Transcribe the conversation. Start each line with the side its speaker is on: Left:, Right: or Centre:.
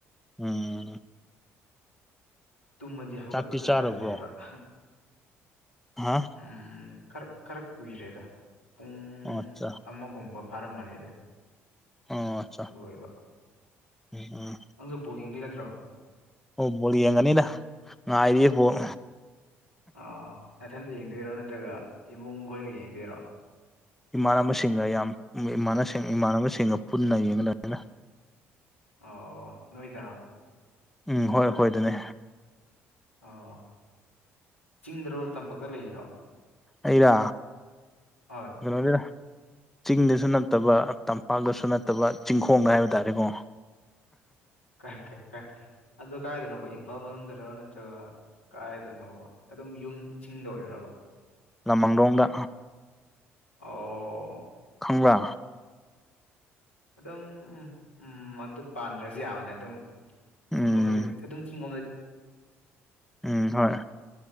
Centre: ꯎꯝ
Left: ꯇꯨꯝꯃꯗꯤ ꯍꯧꯒꯠꯄꯗꯣ
Centre: ꯆꯥꯛꯇꯤ ꯆꯥꯔꯕ꯭ꯔꯣ
Left: ꯇꯜꯂꯦꯕ <inaudible>
Centre: ꯍꯥ
Left: ꯎꯝ ꯈꯔ ꯈꯔ ꯀꯨꯏꯔꯦꯗ ꯄꯨꯡ
Centre: ꯑꯣ ꯑꯠꯆꯥ
Left: ꯑꯃꯒꯨꯝꯕ꯫ ꯐꯥꯔꯝꯃꯅꯤꯗ
Centre: ꯑꯣ ꯑꯠꯆꯥ
Left: ꯂꯣꯏꯕ꯫
Centre: ꯎꯝ ꯎꯝ
Left: ꯅꯪꯁꯨ ꯕꯣꯜ ꯌꯦꯡꯗꯣꯏ ꯅꯠꯇ꯭ꯔꯣ꯫
Centre: ꯑꯣ ꯕꯣꯜ ꯌꯦꯡꯉꯅꯤꯗ ꯉꯥꯏꯔꯤꯌꯦ ꯕꯣꯜ
Left: ꯑꯥ ꯅꯊꯟꯇꯥ ꯌꯦꯡꯗꯣꯏꯔꯣ ꯅꯠꯇ꯭ꯔꯒ ꯏꯃꯨꯡ ꯈꯣꯏꯒ ꯌꯦꯡꯗꯣꯏꯔꯣ꯫
Centre: ꯏꯃꯥꯟꯅꯕꯁꯤꯡꯒ ꯌꯥꯝ ꯏꯃꯥꯟꯅꯕꯁꯤꯡ ꯏꯃꯥꯟꯅꯕꯁꯤꯡꯒ ꯄꯨꯟꯅ ꯌꯦꯡꯒꯗꯅꯤꯗ꯫
Left: ꯑꯣ ꯅꯣꯏꯗ꯫
Centre: ꯎꯝ ꯍꯣꯏ ꯑꯈꯣꯏꯗꯅꯦ꯫
Left: ꯑꯣ ꯆꯤꯡꯗꯔꯣ ꯇꯝꯄꯛꯇ ꯂꯩꯔꯤꯔꯣ꯫
Centre: ꯑꯩꯔ
Left: ꯍꯣꯏ
Centre: <unintelligible> ꯆꯤꯡꯗꯁꯨ ꯅꯠꯇꯕ ꯇꯝꯄꯥꯛꯇꯁꯨ ꯅꯠꯇꯕ ꯆꯤꯡꯈꯣꯡꯗ ꯍꯥꯏꯕ ꯇꯥꯔꯦꯀꯣ꯫
Left: ꯀꯥꯏꯀꯦ ꯀꯥꯏ ꯑꯗꯣ ꯀꯥꯏꯗꯅꯣꯕ ꯏꯝꯐꯥꯜ ꯃꯅꯨꯡꯗꯔ ꯅꯠꯇ꯭ꯔꯒ ꯀꯥꯏꯗꯅꯣꯕ ꯑꯗꯨꯝ ꯌꯨꯝ ꯆꯤꯡꯗ ꯑꯣꯏꯔꯤꯔꯕ
Centre: ꯂꯃꯥꯡꯂꯣꯡꯗ
Left: ꯑꯣ
Centre: ꯈꯪꯕ꯭ꯔꯥ
Left: ꯑꯗꯨꯝ ꯎꯝ ꯎꯝ ꯑꯗꯨ ꯄꯥꯟꯗ꯭ꯔꯁꯨ ꯌꯥꯕꯅꯦ ꯑꯗꯨꯝ
Centre: ꯎꯝ
Left: ꯆꯤꯡꯒꯣꯡꯗꯥꯗꯤ ꯑꯗꯨꯝ ꯆꯤꯡ
Centre: ꯎꯝ ꯍꯣꯏ